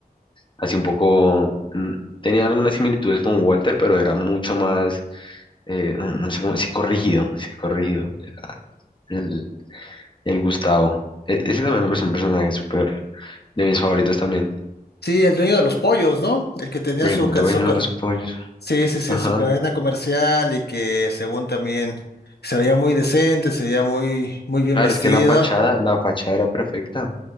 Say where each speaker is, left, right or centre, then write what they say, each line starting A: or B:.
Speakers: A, on the left; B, on the left.
A: así un poco, mm, tenía algunas similitudes con Walter, pero era mucho más, eh, no, no sé cómo, sí corrigido sí corrigido era el, el Gustavo. E- ese también me parece un personaje súper, de mis favoritos también,
B: Sí, el dueño de los pollos, ¿no? El que tenía
A: el
B: su, ca-
A: dueño
B: su, ca-
A: de los pollos,
B: Sí, sí, sí,
A: ajá.
B: su cadena comercial y que según también se veía muy decente, se veía muy, muy bien
A: Claro,
B: vestido.
A: es que la fachada, la fachada era perfecta.